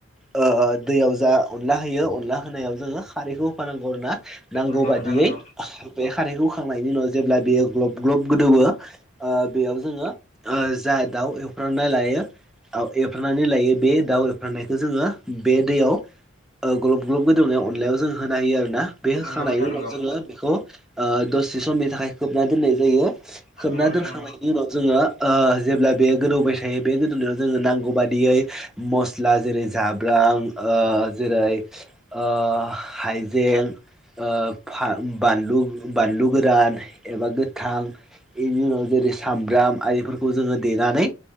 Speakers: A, in the centre; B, on the left.
A: ओ दैयाव जा अनला होयो अनला होनायाव जोङो खारैखौ होफानांगौ आरो ना नांगौ
B: नंगौ नोंथां
A: बादियै
B: नंगौ
A: बे खारैखौ होखांनायनि उनाव जेब्ला बेयो ग्लब ग्लब गोदौवो बेयाव जोङो जा दाउ एवफ्राम- नाय लायो एवफ्रामनानै लायो बे दाउ एवफ्रामनायखौ जोङो बे दैयाव ओ ग्लब ग्लब गोदौनाय अनलायाव जों होना होयो आरो ना बे होखांनायनि
B: नंगौ नोंथां
A: उनाव
B: नंगौ
A: जोङो बेखौ ओ दसे समनि थाखाय खोबना दोननाय जायो खोबना
B: नंगौ नोंथां
A: दोनखांनायनि
B: नंगौ
A: उनाव जोङो ओ जेब्ला बेयो गोदौ बाय थायो बे गोदौनायाव जोङो नांगौ बादियै मस्ला जेरै जाब्रां जेरै आ हाइजें ओ बानलु बानलु गोरान एबा गोथां इनि उनाव जेरै सामब्राम आरिफोरखौ जोङो देनानै